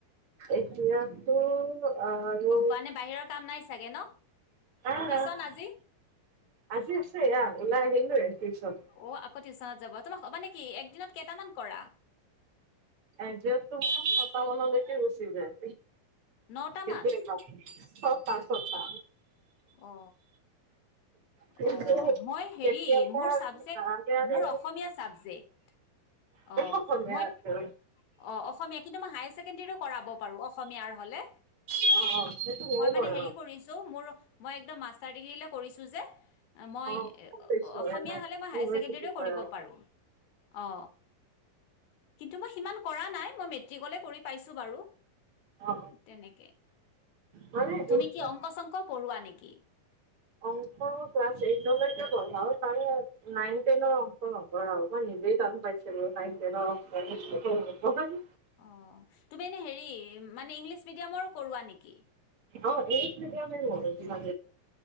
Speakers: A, on the right; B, on the left.
A: এতিয়াতো আৰু
B: মানে বাহিৰৰ কাম নাই চাগে ন
A: আহ
B: টিউচন
A: আহ
B: আজি
A: আজি আছে আহ ওলাই আহিলোৱে টিউচন
B: অ আকৌ টিউচনত যাব তোমাক মানে কি একদিনত কেইটামান কৰা
A: একজেকটো ছয়টা মানলৈকে গচি যায়
B: নটামান
A: সেইটোৱে ন <unintelligible> পাঁছ ছঁটা
B: অ
A: কিন্তু
B: অ মই হেৰি
A: কেতিয়াবা
B: মোৰ চাবজেক্ট
A: আগে আগে
B: মোৰ অসমীয়া চাবজেক্ট অ
A: অসমীয়া
B: মই
A: আছে
B: অ অসমীয়া কিন্তু মই হায়াৰ ছেকেণ্ডৰীৰো কৰাব পাৰো অসমীয়াৰ হলে
A: অ সেইটো ময়ো
B: মই মানে
A: কৰোঁ।
B: হেৰি কৰিছো মোৰ মই একদম মাষ্টাৰ ডিগ্ৰী কৰিছো যে মই
A: অ কৈছো
B: অসমীয়া
A: এনে
B: হ'লে মই
A: ইউনিভাৰ্চিটিৰ
B: হায়াৰ ছেকেণ্ডৰীও
A: পৰা।
B: কৰিব পাৰোঁ অ কিন্তু মই সিমান কৰা নাই মই মেট্ৰিকলে কৰি পছো বাৰু
A: অ অ
B: তেনেকে
A: মানে
B: তুমি
A: এইচ
B: কি
A: এছ
B: অংক চংক পঢ়োৱা নেকি বাকী
A: অংক ক্লাছ এইটলৈকে পঢ়াও তাৰে নাইন টেনৰ অংক নকঢ়ও মই নিজেই টান পাইছিলো নন টেনৰ অংক
B: অ তুমি এনে হেৰি মানে ইংলিছ মিডিয়ামৰো কৰোৱা নেকি
A: অ ইৎলিচ মডিয়া ম হমান